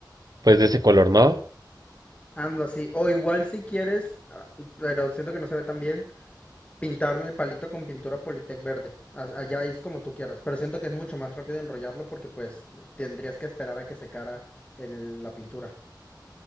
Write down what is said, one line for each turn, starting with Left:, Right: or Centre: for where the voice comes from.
Right: pues de ese color, ¿no?
Left: Anda, sí. O igual si quieres, ah, pero siento que no se ve tan bien, Pintarlo el palito con pintura Politec verde. a- Allá es como tú quieras. Pero siento que es mucho más rápido enrollarlo porque pues tendrías que esperar a que secara el- la pintura.